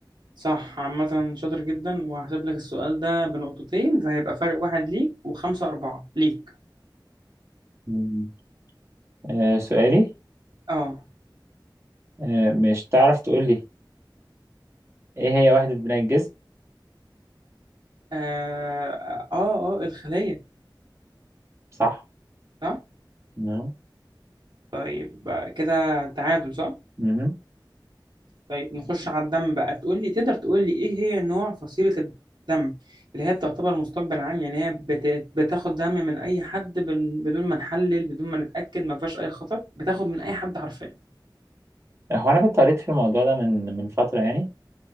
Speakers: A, on the right; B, on the right.
A: صح عامة شاطر جدا وهحسب لك السؤال ده بنقطتين فهيبقى فرق واحد ليك وخمسة أربعة ليك
B: مم. آه سؤالي
A: اه
B: آه مش تعرف تقول لي ايه هي وحدة بناء الجسم
A: اه اه, آه الخلية
B: صح؟
A: صح
B: نعم
A: طيب آه، كده تعادل صح
B: مهم.
A: طيب نخش على الدم بقى تقول لي تقدر تقول لي ايه هي نوع فصيلة الدم اللي هي بتعتبر مستقبل عام يعني هي بت... بتاخد دم من اي حد بن- بدون ما نحلل بدون ما نتأكد ما فيهاش اي خطر بتاخد من اي حد حرفيا
B: هو أنا كنت قريت في الموضوع ده من من فترة يعني